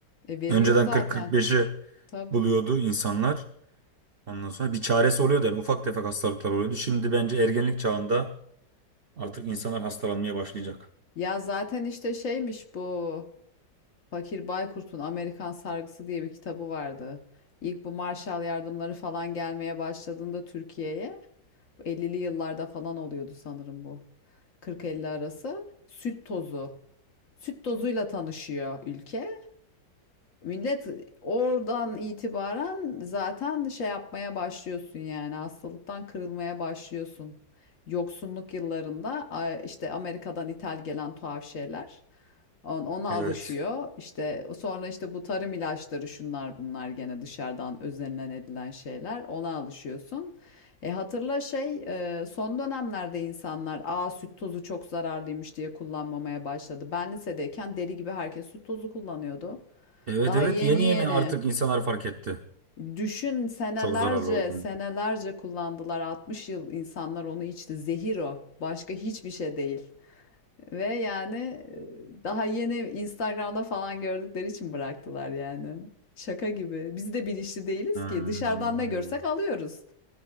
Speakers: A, on the left; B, on the right.
A: e, veriyor
B: Önceden
A: zaten
B: 40-45'i
A: tabii.
B: buluyordu insanlar. Ondan sonra bir çaresi oluyordu yani ufak tefek hastalıklar oluyordu. Şimdi bence ergenlik çağında artık insanlar hastalanmaya başlayacak.
A: Ya zaten işte şeymiş bu Fakir Baykurt'un Amerikan Sargısı diye bir kitabı vardı. İlk bu Marshall yardımları falan gelmeye başladığında Türkiye'ye, bu 50'li yıllarda falan oluyordu sanırım bu. 40-50 arası süt tozu. Süt tozuyla tanışıyor ülke. Millet oradan itibaren zaten şey yapmaya başlıyorsun yani hastalıktan kırılmaya başlıyorsun. Yoksunluk yıllarında işte Amerika'dan ithal gelen tuhaf şeyler. On- Ona
B: Evet.
A: alışıyor. İşte sonra işte bu tarım ilaçları şunlar bunlar gene dışarıdan özenilen edilen şeyler. Ona alışıyorsun. E hatırla şey e, son dönemlerde insanlar aa süt tozu çok zararlıymış diye kullanmamaya başladı. Ben lisedeyken deli gibi herkes süt tozu kullanıyordu.
B: Evet
A: Daha
B: evet
A: yeni
B: yeni
A: yeni.
B: yeni artık insanlar fark etti.
A: Düşün senelerce
B: Çok zararlı olduğunu.
A: senelerce kullandılar. 60 yıl insanlar onu içti. Zehir o. Başka hiçbir şey değil. Ve yani e, daha yeni Instagram'da falan gördükleri için bıraktılar yani. Şaka gibi. Biz de bilinçli değiliz
B: Hmm,
A: ki. Dışarıdan ne görsek alıyoruz.